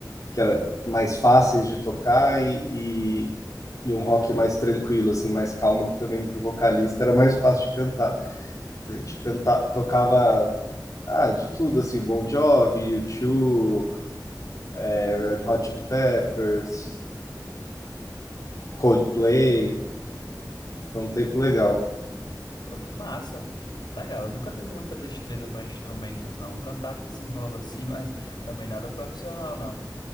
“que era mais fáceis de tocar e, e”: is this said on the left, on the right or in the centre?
Left